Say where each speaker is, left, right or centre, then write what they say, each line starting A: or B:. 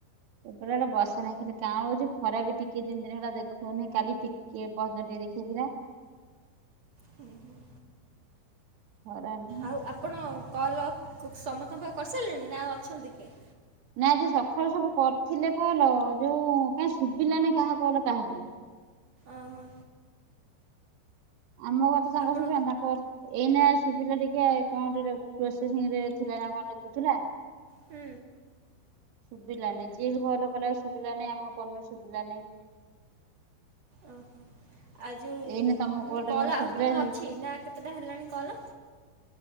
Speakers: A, on the right; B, on the right.
A: ମୁଁ କହିଲି ଇଆଡେ ବର୍ଷା ନାହିଁ ଖାଲି କାଉଁଲ ଉଛି ଖରା ବି ଟିକେ ଦି ତିନି ଦିନ ହେଲା ଦେଖଉନିଁ କାଲି ଟିକିଏ ପରଦିନ ଦେଖେଇଥିଲା।
B: ହୁଁ ହୁଁ।
A: ଖରାନ
B: ଆଉ ଆପଣ କଲ୍ ସମସ୍ତଙ୍କର କରିସାରିଲେଣି ନା ଆଉ ଅଛନ୍ତି କିଏ?
A: ନା ଆଜି ସକାଳୁ ସବୁ କରିଥିଲେ କଲ୍ ଯୋଉ କାହିଁ ଶୁଭିଲା ନି କାହା କଲ୍ କାହାକୁ।
B: ଓହୋ।
A: ଆମ କଥା ତାଙ୍କୁ
B: ଆପଣ
A: ଶୁଭିବନି ତାଙ୍କ କଥା ଏଇନା ଶୁବିଲା ଟିକେ କଣେ ପ୍ରୋସେସିଂ ରେ ଥିଲା ନା କଣ ଲେଖୁଥିଲା।
B: ହୁଁ।
A: ସୁବଭିଲା ନାହିଁ ଯିଏ ବି କଲ୍ କଲା ସୁବିିଲା ନାହିଁ ଆମ କଲୁ ସୁବିିଲା ନାହିଁ।
B: ଓହୋ ଆଉ ଯେଉ
A: ଏଇନା ତମ ଟା
B: କଲ
A: କେମିତି
B: ଆହୁରି
A: ଶୁଭିଲା
B: ତମର ଅଛି ନା କେତେଟା ହେଲାଣି କଲ୍?